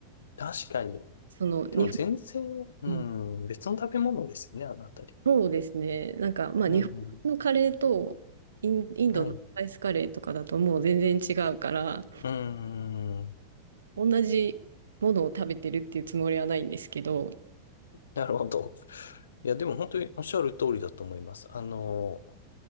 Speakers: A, on the left; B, on the right.
A: 確かに。
B: その日本、
A: でも全然、う
B: うん
A: ん、別の食べ物ですよね、あのあたり。
B: そうですね、なんかまあ日本のカレーとイン、
A: うんうん。
B: インドのスパイスカレーとかだともう全然違うから、
A: はい。うーん。
B: 同じものを食べてるっていうつもりはないんですけど、
A: なるほど。いや、でも本当におっしゃる通りだと思います。あの、